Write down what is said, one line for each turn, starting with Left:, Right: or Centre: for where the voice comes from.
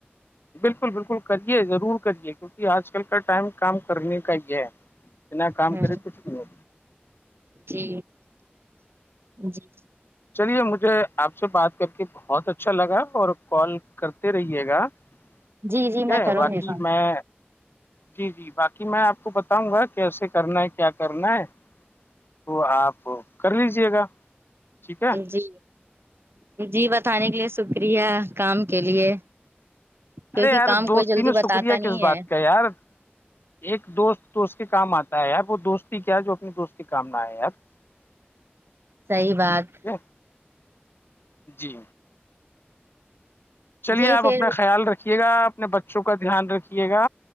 Left: بالکل بالکل کریے ضرور کریے کیونکہ آج کل کا ٹائم کام کرنے کا ہی ہے نا کام
Right: ہ
Left: کر کچھ د ہو
Right: جی جی
Left: چلیے مجھے آپ سے بات کر کے بہت اچھا لگا اور کال کرتے رہیے گا ٹھیک
Right: جی جی میں
Left: ہے
Right: کروں
Left: باقی
Right: گی کام
Left: میں جی جی باقی میں آپ کو بتاؤں گا کیسے کرنا ہے کیا کرنا ہے وہ آپ کر لیجیے گا ٹھیک ہے
Right: جی جی بتانے کے لیے شکریہ کام کے لیے کیونکہ
Left: ارے یار
Right: کام
Left: دوستینوں
Right: کوئی جلدی بتاتا
Left: شکریہ
Right: نہیں
Left: کس بات
Right: ہے
Left: کا یار ایک دوست دوست کے کام آتا ہے یار وہ دوستی کیا ہے جو اپنے دوست کے کام نہ آ ہے یار <unintelligible>
Right: صحی بات
Left: ٹھیک جی چلیے
Right: جی
Left: آپ
Right: پھر
Left: اپنا خیال رکھیے گا اپنے بچوں کا دھیان رکھیے گا